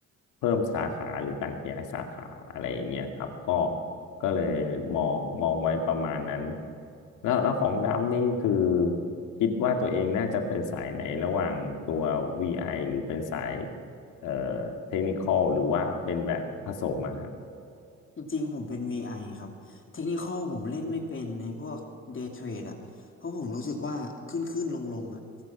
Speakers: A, on the left; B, on the left.
A: เพิ่มสาขาหรือการขยายสาขาอะไรอย่างเงี้ยครับก็ ก็เลยมองมองไว้ประมาณนั้นแล้วแล้วของดำนี่คือคิดว่าตัวเองน่าจะเป็นสายไหนระหว่างตัว VI หรือเป็นสายเอ่อเทคนิคอลหรือว่าเป็นแบบผสมอะฮะ
B: จริงๆผมเป็น VI ครับเทคนิคอลผมเล่นไม่เป็นในพวก Day Trade อ่ะเพราะผมรู้สึกว่าขึ้นขึ้นลงลงๆอ่ะ